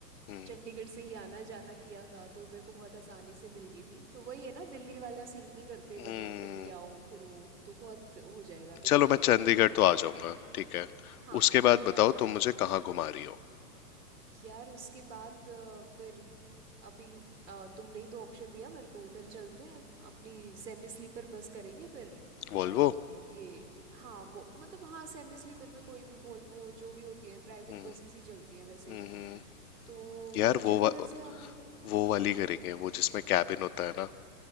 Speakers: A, on the left; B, on the right.
A: हम्म
B: चंडीगढ़ से ही आना जाना किया था तो मेरे को बहुत आसानी से मिल गई थी तो वही है ना दिल्ली वाला सीन नहीं करते वरना
A: हम्म।
B: दिल्ली आओ फिर वो तो बहुत हो जाएगा तो
A: चलो
B: ठीक
A: मैं
B: है
A: चंडीगढ़ तो आ जाऊंगा ठीक है
B: हाँ
A: उसके
B: ठीक
A: बाद
B: है
A: बताओ
B: अपना
A: तुम मुझे कहाँ घुमा रही हो
B: यार उसके बाद अ, फिर अभी अ, तुमने ही तो ऑप्शन दिया मेरे को उधर चलते हैं अपनी सेमी स्लीपर बस करेंगे फिर
A: वॉल्वो
B: अ, ये हाँ वो मतलब हाँ सेमी स्लीपर में कोई भी वोल्वो जो भी होती है प्राइवेट
A: हम्म
B: बसेस ही चलती हैं वैसे
A: हम्म। हम्म।
B: तो
A: यार
B: वो चंडीगढ़
A: वो वा,
B: से हमें
A: वो वाली
B: हाँ
A: करेंगे वो जिसमें कैबिन होता है ना